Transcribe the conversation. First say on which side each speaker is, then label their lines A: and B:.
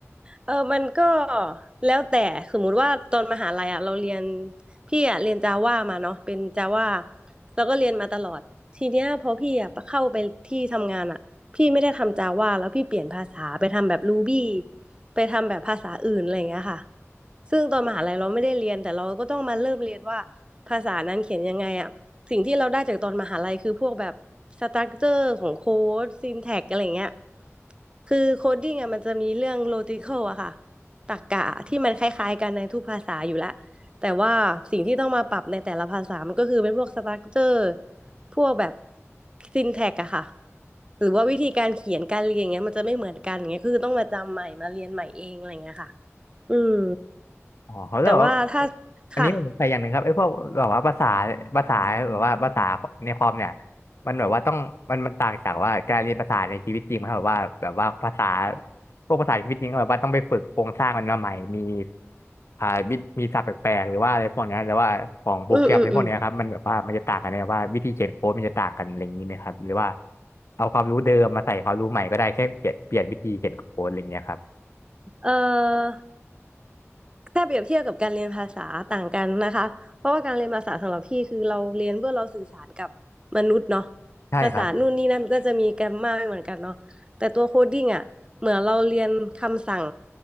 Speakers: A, on the right (about 20°); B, on the left (about 60°).
A: เออมันก็แล้วแต่สมมุติว่าตอนมหาลัยอ่ะเราเรียนพี่อ่ะเรียนจาว่ามาเนาะเป็นจาว่าแล้วก็เรียนมาตลอดทีเนี้ยพอพี่อ่ะเข้าไปที่ทำงานอ่ะพี่ไม่ได้ทำจาว่าแล้วพี่เปลี่ยนภาษาไปทำแบบรูบี้ไปทำแบบภาษาอื่นอะไรอย่างเงี้ยค่ะ ซึ่งตอนมหาลัยเราไม่ได้เรียนแต่เราก็ต้องมาเริ่มเรียนว่าภาษานั้นเขียนยังไงอ่ะสิ่งที่เราได้จากตอนมหาลัยคือพวกแบบสตรัคเจอร์ของโค้ดซินแท็กอะไรเงี้ยคือโคดดิ้งอ่ะมันจะมีเรื่องโลจิคอลอะค่ะตรรกะที่มันคล้ายๆกันในทุกภาษาอยู่แล้วแต่ว่าสิ่งที่ต้องมาปรับในแต่ละภาษามันก็คือเป็นพวกสตรัคเจอร์พวกแบบซินแท็กอะค่ะหรือว่าวิธีการเขียนการเรียนอย่างเงี้ยมันจะไม่เหมือนกันอย่างเงี้ยคือต้องมาจำใหม่มาเรียนใหม่เองอะไรเงี้ยค่ะอืม
B: อ๋อเขาเรบอกว่า
A: แต่ว่าถ้าค่ะ
B: อันนี้ผมใส่อย่างหนึ่งครับไอ้พวกแบบว่าภาษาภาษาแบบว่าภาษาในคอมเนี่ยมันแบบว่าต้องมันมันต่างจากว่าการเรียนภาษาในชีวิตจริงครับแบบว่าแบบว่าภาษาพวกภาษาในชีวิตจริงก็แบบว่าต้องไปฝึกโครงสร้างมันมาใหม่มีอ่าวิมีศัพท์แปลกๆหรือว่าอะไรพวกเนี้ยหรือว่าของโปรแกรมในพวกเนี้ยครับมันแบบว่ามันจะต่างกันไหมว่าวิธีเขียนโค้ดมันจะต่างกันอะไรอย่างนี้ไหมครับหรือว่า
A: อืมอืมอืม
B: เอาความรู้เดิมมาใส่ความรู้ใหม่ก็ได้แค่เปลี่ยนเปลี่ยนวิธีเขียนโค้ดอะไรอย่างเงี้ยครับ
A: เอ่อถ้าเปรียบเทียบกับการเรียนภาษาต่างกันนะคะเพราะว่าการเรียนภาษาสำหรับพี่คือเราเรียนเพื่อเราสื่อสารกับมนุษย์เนาะ
B: ใช่ครับ
A: ภาษานู่นนี่นั่นก็จะมีแกรมมาไม่เหมือนกันเนาะแต่ตัวโคดดิ้งอ่ะเหมือนเราเรียนคำสั่ง